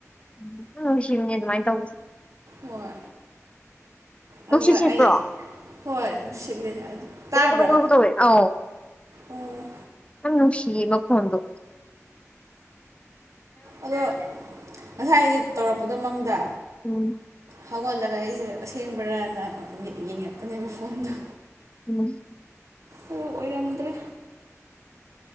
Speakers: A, on the left; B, on the right.
A: <unintelligible> ꯅꯨꯡꯁꯤꯕꯅꯦ ꯑꯗꯨꯃꯥꯏꯅ ꯇꯧꯕꯁꯦ
B: ꯍꯣꯏ ꯑꯗꯨꯒ
A: ꯅꯨꯡꯁꯤꯠ ꯁꯤꯠꯄ꯭ꯔꯣ
B: ꯑꯩ ꯍꯣꯏ ꯁꯤꯜꯂꯦ ꯑꯗꯨ ꯇꯥꯕ꯭ꯔꯥ
A: ꯒꯨꯗꯨꯛ ꯒꯨꯗꯨꯛ ꯒꯨꯗꯨꯛ ꯇꯧꯋꯦ ꯑꯧ
B: ꯑꯣ
A: ꯌꯥꯝ ꯅꯨꯡꯁꯤꯌꯦ ꯃꯈꯣꯜ ꯗꯣ
B: ꯑꯗꯣ ꯉꯁꯥꯏꯗꯤ ꯇꯧꯔꯛꯄꯗꯣ ꯃꯪꯗ
A: ꯎꯝ
B: ꯍꯧꯒꯠꯂꯒ ꯑꯩꯁꯦ ꯑꯁꯦꯡꯕꯔꯥꯅ <unintelligible> ꯃꯤꯠ ꯌꯦꯡꯉꯛꯄꯅꯦꯕ ꯐꯣꯟꯗꯣ
A: <unintelligible>
B: ꯑꯗꯨ ꯑꯣꯏꯔꯝꯗ꯭ꯔꯦ